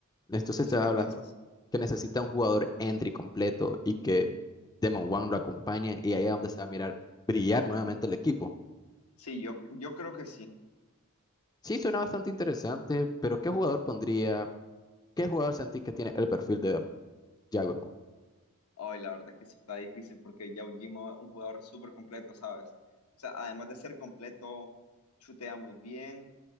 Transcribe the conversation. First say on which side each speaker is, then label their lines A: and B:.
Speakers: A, on the left; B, on the left.
A: De esto se
B: No
A: estaba
B: sé qué
A: hablando.
B: piensas.
A: Que necesita un jugador entry completo y que Demon One lo acompañe y ahí es donde se va a mirar brillar nuevamente el equipo.
B: Sí, yo, yo creo que sí.
A: Sí, suena bastante interesante, pero ¿qué jugador pondría? ¿Qué jugador sentís que tiene el perfil de Jaguar?
B: Hoy la verdad es que sí está difícil porque Yao Jimo es un jugador súper completo, ¿sabes? O sea, además de ser completo, chutea muy bien,